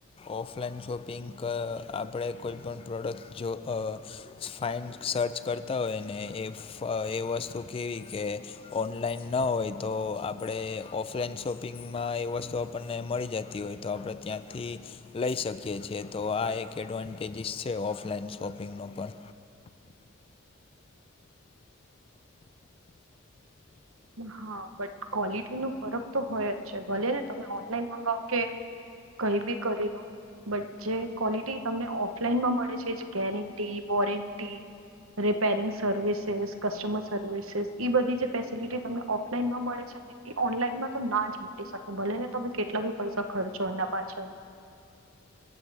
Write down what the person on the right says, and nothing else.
હા, બટ ક્વોલિટી નો ફરક તો હોયજ છે, ભલે ને તમે ઓનલાઈન મગાવો કે કઈબી કરીલો. બટ જે ક્વોલિટી તમને ઓફલાઈનમાં મળે છે, જે guarantee warranty repairing services, customer services, ઇ બધી જે ફેસિલિટી તમને ઓફલાઈન માં મળે છે ને એ એ ઓનલાઈનમાં તો ના જ મળી શકે, ભલે ને તમે કેટલા બી પૈસા ખર્ચો એના પાછળ.